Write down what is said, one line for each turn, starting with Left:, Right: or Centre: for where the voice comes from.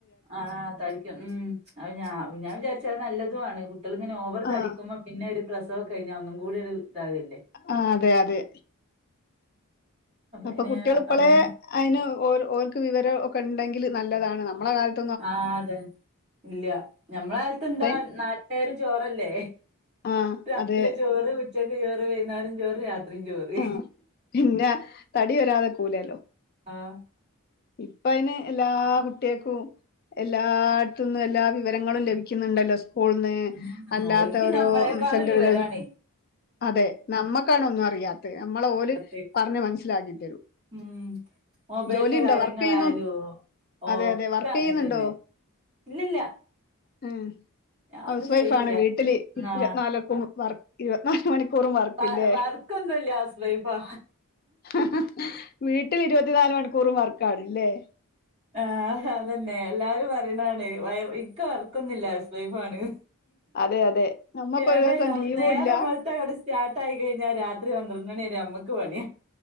Right: ആഹ തടിക്കും ഉം അ ഞ ഞാൻ വിചാരിച്ചത് നല്ലതുവാണ് മക്കളിങ്ങന ഓവർ
Left: ആഹ്
Right: തടിക്കുമ്പോൾ പിന്നെ ഒരു പ്രസവം കഴിഞ്ഞാൽ ഒന്നും കൂടി ഒരു ഇതാവകല്ലേ
Left: ആ അതെ അതെ അപ്പൊ
Right: പിന്നെ
Left: കുട്ടികൾ ഇപ്പളെ
Right: അങ്ങനെ
Left: അയിന് ഓൽ ഓൽക്ക് വിവരം ഒക്കെ ഉണ്ടെങ്കിൽ നല്ലതാണ് നമ്മളെ കാലത്ത്
Right: ആഹ് അതെ ഇല്ല ഞമ്മളെ കാലത്ത് എന്താ
Left: ഇപ്പ
Right: നാട്ടേരും ജോറല്ലേ
Left: ആഹ്
Right: രാവിലെ
Left: അതെ
Right: ചോറ് ഉച്ചക്ക് ചോറ് വൈന്നേരം ചോറ് രാത്രിയും ചോറ്
Left: ആഹ് പിന്നെ തടി വരാതിരികൂലല്ലോ
Right: ആഹ്
Left: ഇപ്പയിന് എല്ലാ കുട്ടേൾക്കും. എല്ലായിടത്തുന്നും എല്ലാ വിവരങ്ങളും ലഭിക്കുന്നുണ്ടല്ലോ സ്കൂൾന്ന്
Right: ഉം
Left: അല്ലാത്ത
Right: ഓൽക്ക്
Left: ഓരോ
Right: ഞമ്മളെക്കാളും
Left: സെന്ററുകൾന്ന്
Right: വിവരാണേ
Left: അതെ നമ്മക്കാണൊന്നും അറിയാ ത്ത് നമ്മളെ ഓല്
Right: പത്ത്
Left: പറഞ്ഞ് മനസിലാക്കി തരും
Right: ഉം മൊബൈലിന്റെ
Left: ജോലിണ്ടോ?
Right: കാര്യങ്ങളായാലും
Left: വർക്കിയ്യുന്നു
Right: ഒക്കെ
Left: അതെ അതെ വർക്കിയ്യുന്നുണ്ടോ?
Right: അങ്ങനെ തന്നെ ഇല്ലല്ല
Left: ഉം
Right: ഞാൻ
Left: ഹൗസ്
Right: ഒന്നും
Left: വൈഫാണ്
Right: ചെയ്യില്ല
Left: വീട്ടില് ഇത്തി
Right: ആഹ്
Left: നാലൊക്ക വർ ഇരുവത്നാല് മണിക്കൂറും വർക്ക്ല്ലേ
Right: വ വർക്കൊന്നുല്ല ഹൗസ് വൈഫാ
Left: ഹ് ഹ് വീട്ടിൽ ഇരുപത്തിനാല് മണിക്കൂറും വർക്കാണ്ല്ലേ
Right: ആഹ് അതന്നെ എല്ലാരും പറയണാണ്യ ഇൻക്ക് വർക്കൊന്നുല്ല ഹൗസ് വൈഫാണ്ന്ന്.
Left: അതെ അതെ നമ്മക്കൊരു
Right: എടെ
Left: ദിവസം
Right: ഞാ
Left: ലീവും
Right: നേരം
Left: ഇല്ല
Right: വെ ൾത്ത അങ്ങട്ട് സ്റ്റാർട്ടായി കഴിഞ്ഞാൽ രാത്രി പന്ത്രണി വരെ ഞമ്മക്ക് പണിയാ